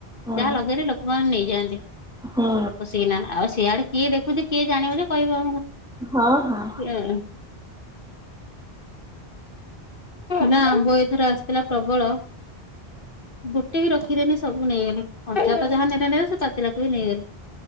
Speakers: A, in the centre; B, on the left.
A: ହୁଁ
B: ଯାହା ଲଗେଇଲେ ଲୋକ ଲୋକମାନେ ନେଇଯାଆନ୍ତି
A: ହୁଁ
B: ପସିକିନା। ଆଉ ସିଆଡେ କିଏ ଦେଖୁଛି କିଏ ଜାଣିବ ଯେ କହିବ
A: ହଁ ହଁ।
B: ହଁ ନା ଆମ୍ୱ ଏଥର ଆସିଥିଲା ପ୍ରବଳ। ଗୋଟେ ବି ରଖିିଲେନି ସବୁ ନେଇଗଲେ। ଅଣ୍ଡିରାକ ଯାହା ନେଲେନେଲେ ସେ ପାଚିଲାକ ବି ନେଇଗଲେ।